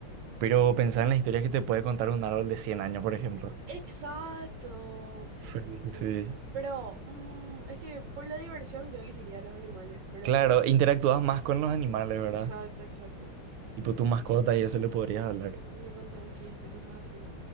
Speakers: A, on the right (about 85°); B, on the right (about 65°).
A: pero pensar en las historias que te puede contar un árbol de 100 años, por ejemplo.
B: Exacto, sí,
A: Sí,
B: sí, sí,
A: sí,
B: sí.
A: sí.
B: Pero mm, es que por la diversión yo elegiría los animales, pero...
A: Claro, interactúas más con los animales, ¿verdad?
B: Exacto, exacto.
A: Tipo tu mascota y eso le podrías
B: Sí,
A: hablar.
B: que me cuenta un chiste, cosas así.